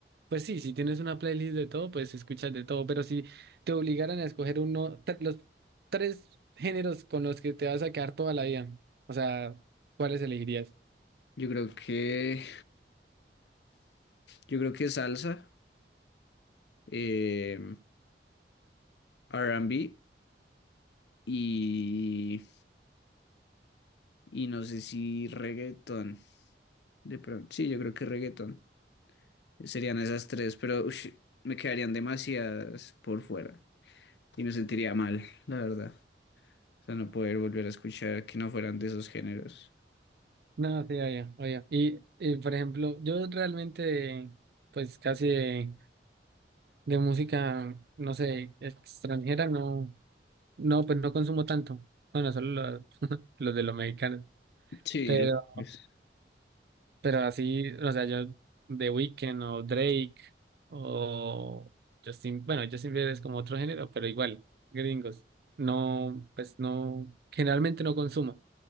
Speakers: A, on the right; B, on the left.
A: Pues sí, si tienes una playlist de todo, pues escuchas de todo, pero si te obligaran a escoger uno, tre- los tres géneros con los que te vas a quedar toda la vida, o sea, ¿cuáles elegirías?
B: Yo creo que. Yo creo que salsa, eh, R&B y, y no sé si reggaetón. De pronto, sí, yo creo que reggaetón. Serían esas tres, pero ush, me quedarían demasiadas por fuera y me sentiría mal, la verdad. O sea, no poder volver a escuchar que no fueran de esos géneros.
A: No, sí, oye, oye. Y, y, por ejemplo, yo realmente, pues casi de, de música, no sé, extranjera, no. No, pues no consumo tanto. Bueno, solo los, <laughs> los de los mexicanos.
B: Sí,
A: Pero,
B: lo es.
A: pero así, o sea, yo The Weeknd o Drake o Justin, bueno, Justin Bieber es como otro género, pero igual, gringos. No, pues no, generalmente no consumo.